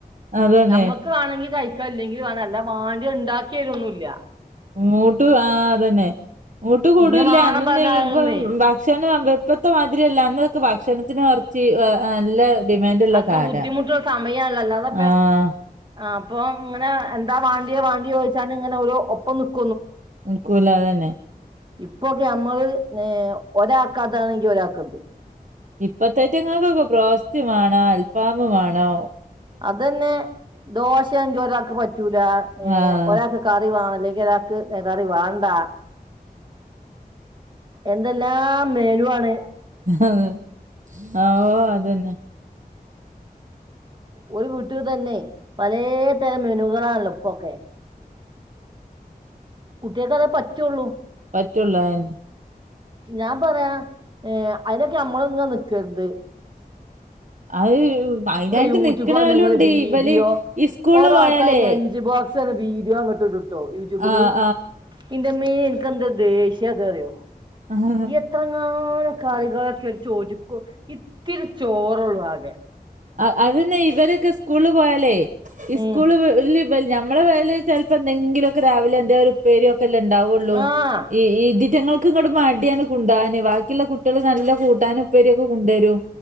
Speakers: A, on the right; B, on the right.
A: അതന്നെ
B: നമ്മക്ക് വണെങ്കിൽ- കഴിക്ക അല്ലെങ്കിൽ വേണം അല്ല വാണ്ടി ഉണ്ടാക്കിരൊന്നുമല്ല
A: മൂട്ട് ആ അത് തന്നെ മൂട്ട് കൂടൂല്ല
B: ഇന്ന വാണം
A: അന്നൊന്നും
B: പറഞ്ഞാലൊന്നേ
A: ഇപ്പ ഭക്ഷണം ഇപ്പത്തെമാതിരില്ല അന്നൊക്കെ ഭക്ഷണത്തിന് കുറച്ച് നല്ല- ഡിമാൻഡുള്ള
B: അത്ര
A: കാലാ
B: ബുദ്ധിമുട്ടുള്ള സമയല്ലോ അതൊക്കെ
A: ആഹ്
B: - ആ അപ്പൊ ഇങ്ങനെ എന്താ വാണ്ടിയോ വാണ്ടിയോ ചോയിച്ചാല് ഇങ്ങനെ ഇവര് ഒപ്പം നിക്കും
A: നിക്കൂല അത് തന്നെ
B: ഇപ്പോക്കെ നമ്മള് ഒരാക്കാതാണെങ്കിൽ ഒരാക്ക്‌ അത്
A: ഇപ്പത്തേറ്റങ്ങൾക്കൊക്കെ പ്രോസ്യമാണ് ആ അൽഫാമ് വേണോ
B: അതന്നെ ദോശേംചാ ഒരാക്ക് പറ്റൂല ഏഹ്
A: ആഹ്
B: ഒരാക്ക് കറി വാണ ല്ലെങ്കി ഒരാക്ക് നെ കറി വാണ്ട. എന്തെല്ലാം മെനു വാണ്.
A: അതെ ഓഹ് അതന്നെ
B: ഒരു വീട്ടിൽ തന്നെ പലേതരം മെനുകളാണല്ലോ ഇപ്പൊക്കെ. കുട്ടിയേക്കതേ പറ്റൊള്ളൂ.
A: പറ്റൊള്ളു അതന്
B: ഞാൻ പറയാ ഏഹ് അയ് ക്ക് നമ്മള് ഇങ്ങ നിക്കര്ത്
A: അത് അയിനായിട്ട്
B: യൂട്യൂബാണ്
A: നിക്ക്ണവലും
B: ഞങ്ങൾ
A: ണ്ട്.
B: വീഡിയോ
A: ഇവല് സ്കൂൾല്
B: ഓരോ
A: പോയാലേ
B: ആൾക്കാർ ലഞ്ച് ബോക്സ് വീഡിയോ ഇങ്ങട്ട് ഇടും. ട്ടോ യൂട്യൂബില്.
A: ആഹ്
B: ഇൻ്റെ മ്മേ ഇൻകെന്തൊര് ദേശ്യാത് അറിയോ.
A: ആഹ്
B: എത്രങ്ങാ ാനും കറികളൊക്കെ ഒര് ചോറ്റ്ക്ക് കൊ ഇത്തിരി ചോറൊള്ളൂ ആകെ
A: അ അതന്നെ ഇവരൊക്കെ സ്കൂളിൽ പോയാലേ ഇസ്കൂള്
B: ഉം
A: വ് ല് വൽ ഞമ്മളെ വല് ചെൽപ്പ എന്തങ്കിലൊക്കെ രാവിലെ എന്തേ ഒരു ഉപ്പേര്യൊ ക്കല്ലേ ഉണ്ടാവുള്ളൂ
B: ആഹ്
A: ഇ ഈ ഇതിറ്റങ്ങൾ ക്ക് ഇങ്ങട്ട് മട്യാണ് കുണ്ടവാന് ബാക്കിള്ള കുട്ട്യള് നല്ല കൂട്ടാനും ഉപ്പേര്യൊക്കെ കുണ്ടരും